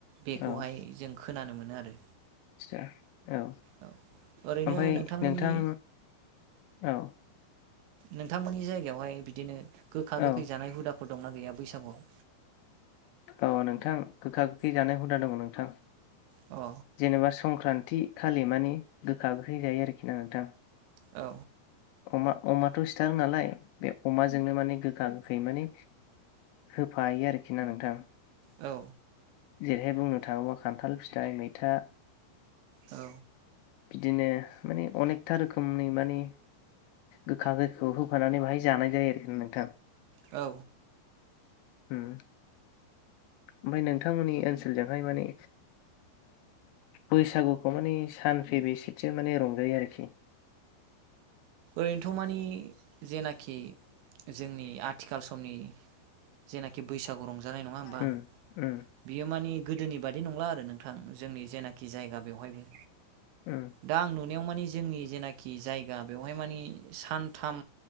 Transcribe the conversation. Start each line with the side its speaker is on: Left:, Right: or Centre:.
Right: बेखौहाय
Left: औ
Right: जों खोनानो मोनो आरो
Left: आदसा औ
Right: औ ओरैनो
Left: ओमफ्राय
Right: नोंथांमोननि
Left: नोंथां औ
Right: नोंथांमोननि जायगायावहाय बिदिनो गोखा
Left: औ
Right: गोखै जानाय हुदाफोर दंना गैया बैसागुआव
Left: औ नोंथां गोखा गोखै जानाय हुदा दङ नोंथां
Right: औ
Left: जेनेबा संक्रान्ति खालि मानि गोखा गोखै जायो आरोखि ना नोंथां
Right: औ
Left: अमा अमाथ' सिथारो नालाय बे अमाजोंनो माने गोखा गोखै माने होफायो आरोखि ना नोंथां
Right: औ
Left: जेरैहाय बुंनो थाङोबा खान्थाल फिथाइ मैथा
Right: औ
Left: बिदिनो माने अनेकथा रोखोमनि मानि गोखा-गोखैआव होफानानै बाहायजानाय जायो आरो नोंथां
Right: औ
Left: ओम ओमफ्राय नोंथांमोननि ओनसोलजोंहाय माने बैसागुखौ माने सानफै बेसेसो माने रंजायो आरोखि
Right: ओरैनोथ' मानि जेनाखि जोंनि आथिखाल समनि जेनाखि बैसागु रंज जानाय नङा होनबा
Left: उम उम
Right: बियो मानि गोदोनि बादि नंला आरो नोंथां जोंनि जेनाखि जायगा बेवहायबो
Left: उम
Right: दा आं नुनायाव मानि जोंनि जेनाखि जायगा बेवहाय मानि सानथाम